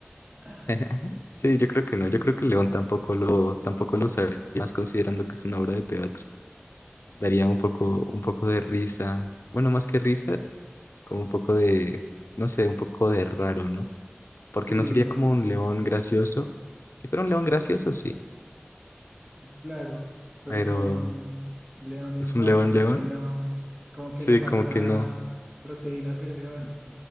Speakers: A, on the left; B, on the right.
A: <laughs>
B: <laughs>
A: Sí, yo creo que no. Yo creo que el león tampoco lo, tampoco lo usaría, más considerando que es una obra de teatro. Daría un poco, un poco de risa. Bueno, más que risa, como un poco de, no sé, un poco de raro, ¿no? Porque
B: Sí,
A: no sería como un león gracioso. Si fuera un león gracioso, sí,
B: claro. Pero
A: pero
B: como es un león
A: es
B: normal,
A: un león
B: como
A: león,
B: que no. Como que
A: sí,
B: le falta
A: como que no.
B: proteínas al león.